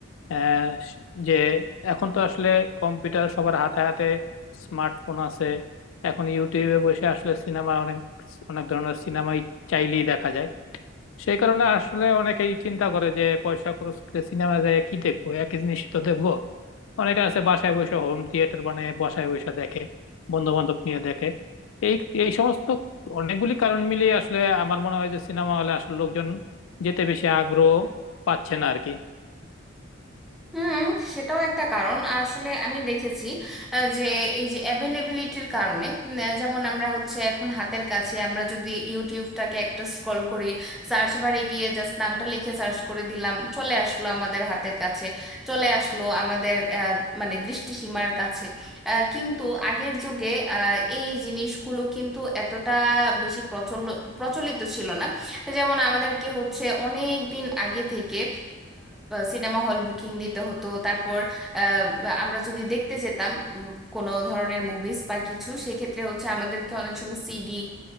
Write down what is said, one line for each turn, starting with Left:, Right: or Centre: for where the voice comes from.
Left: আহ, যে এখন তো আসলে কম্পিউটার সবার হাতে হাতে স্মার্টফোন আছে এখন ইউটিউবে বসে আসলে সিনেমা অনেক অনেক ধরনের সিনেমাই চাইলেই দেখা যায় সেই কারণে আসলে অনেকেই চিন্তা করে যে পয়সা খরচ করে সিনেমা যায় কি দেখবো একই জিনিস তো দেখবো অনেকে আছে বাসায় বসে হোম থিয়েটার বানায় বাসায় বসে দেখে বন্ধু বান্ধব নিয়ে দেখে এই এই সমস্ত অনেকগুলি কারণ মিলিয়ে আসলে আমার মনে হয় যে সিনেমা হলে আসলে লোকজন যেতে বেশি আগ্রহ পাচ্ছে না আর কি
Centre: হুম সেটাও একটা কারণ আসলে আমি দেখেছি আহ, যে এই যে অ্যাভেলেবিলিটির কারণে উম, আহ, যেমন আমরা হচ্ছে এখন হাতের কাছে আমরা যদি ইউটিউবটাকে একটা স্ক্রল করি সার্চ বারে গিয়ে জাস্ট নামটা লিখে সার্চ করে দিলাম চলে আসলো আমাদের হাতের কাছে চলে আসলো আমাদের আহ, মানে দৃষ্টিসীমার কাছে আহ, কিন্তু আগের যুগে আহ, এই জিনিসগুলো কিন্তু এতটা বেশি প্রচল প্রচলিত ছিল না যেমন আমাদেরকে হচ্ছে অনেক দিন আগে থেকে সিনেমা হল বুকিং দিতে হতো তারপর আহ, আমরা যদি দেখতে যেতাম উম, কোনো ধরনের মুভিজ বা কিছু সেক্ষেত্রে হচ্ছে আমাদেরকে অনেক সময় সিডি